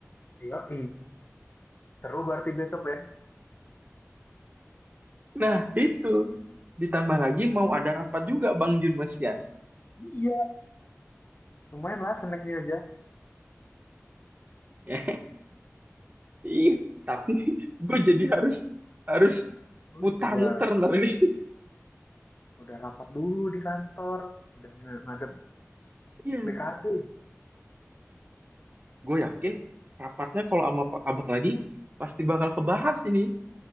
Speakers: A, on the left; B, on the right.
A: Iya, seru berarti besok ya.
B: Nah, itu. Ditambah lagi mau ada rapat juga Bang Jun Masian.
A: Iya, lumayan lah snacknya aja.
B: <laughs> Iya, tapi gue jadi harus harus
A: Oh
B: mutar-muter
A: iya,
B: ntar ini.
A: udah rapat dulu di kantor, udah ngadep
B: Iya.
A: BKD.
B: Gue yakin rapatnya kalau sama Pak Abak lagi pasti bakal kebahas ini